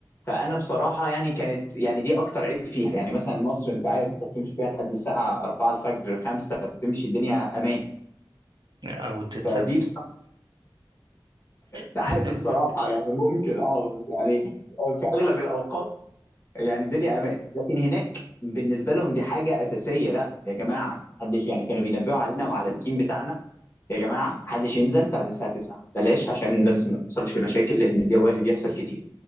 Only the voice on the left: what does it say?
فانا بصراحه يعني كانت يعني دي اكتر عيب فيها يعني مثلا مصر انت عارف انت بتمشي فيها لحد الساعه 4 الفجر 5 بتمشي الدنيا امان
فدي ساعات
الصراحة يعني ممكن اه بس يعني في أغلب الأوقات يعني الدنيا أمان لكن هناك بالنسبة لهم دي حاجة أساسية لا يا جماعة محدش يعني كانوا بينبهوا علينا وعلى التيم بتاعنا يا جماعة محدش ينزل بعد الساعة 9 بلاش عشان بس ما تحصلش مشاكل لأن دي وارد يحصل كتير